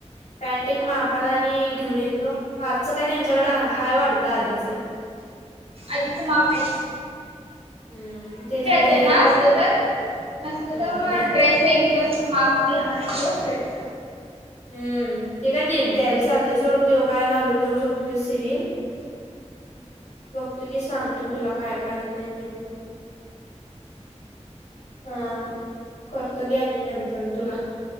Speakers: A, on the left; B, on the right.
A: पॅन्ट एक
B: हा
A: मापाला आणि घेऊन येतो पार्थच काय त्यांच्याकडे हाय वाढतं आधीच
B: आधीच माप हाय
A: हम्म. तेच उद्या
B: त्यांना
A: येतो
B: असाल तर नसलं
A: हम्म
B: तर म
A: नाही
B: ड्रेस एक दिवस माप द्या नाही ड्रेस
A: हम्म ते काय द्यायला चालते सोड काय घालून जाऊ शकतोय सिव्हिल बघतो की सांगतो तुला काय काय होतंय ते बघून हा करतो की आणि नंतर तुला